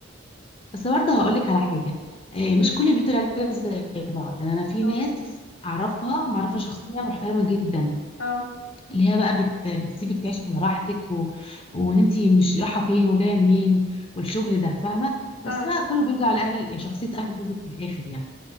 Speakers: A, on the left; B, on the left.
A: بس برضه هقول لك على حاجه آه،
B: مم.
A: مش كل بيوت العيله زي بعض يعني انا في
B: اه
A: ناس اعرفها معرفه شخصيه محترمه جدا
B: اه
A: اللي هي بقى بت... بتسيبك تعيش على راحتك و... وان انت مش رايحه فين وجايه منين والشغل ده فاهمه بس
B: اه
A: بقى كله بيرجع لاهل شخصيه اهل جوزك في الاخر يعني